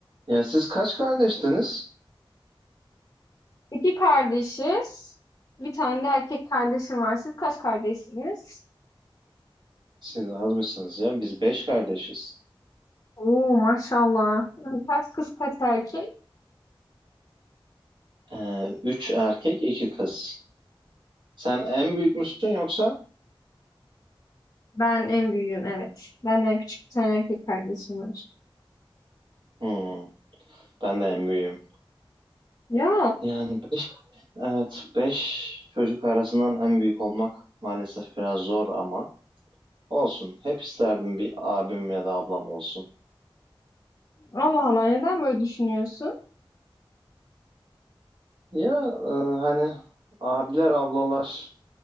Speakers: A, on the right; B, on the left.
A: Ya siz kaç kardeştiniz?
B: İki kardeşiz. Bir tane de erkek kardeşim var. Siz kaç kardeşsiniz?
A: Siz azmışsınız ya. Biz beş kardeşiz.
B: Oo maşallah. Kaç kız kaç erkek?
A: Ee, üç erkek, iki kız. Sen en büyük müsün yoksa?
B: Ben en büyüğüm evet. Benden küçük bir tane erkek kardeşim var.
A: Hmm, ben de en büyüğüm.
B: Ya
A: Yani be- evet, beş çocuk arasından en büyük olmak maalesef biraz zor ama olsun. Hep isterdim bir abim ya da ablam olsun.
B: Allah Allah neden böyle düşünüyorsun?
A: Ya e, hani abiler, ablalar